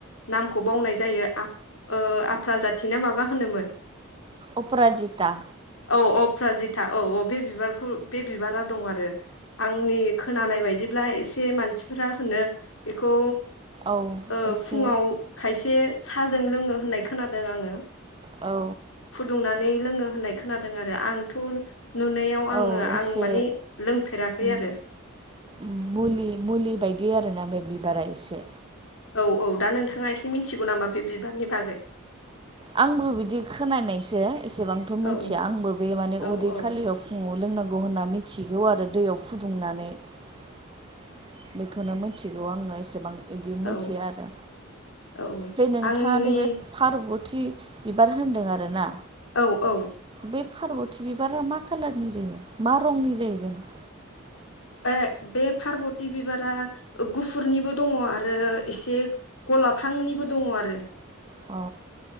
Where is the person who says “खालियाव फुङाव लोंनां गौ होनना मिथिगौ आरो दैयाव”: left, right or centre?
Right